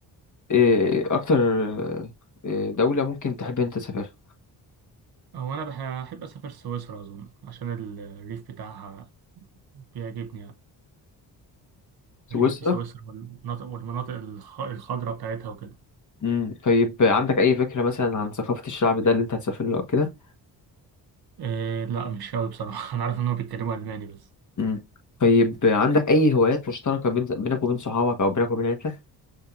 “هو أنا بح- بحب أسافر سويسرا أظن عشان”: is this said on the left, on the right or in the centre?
Right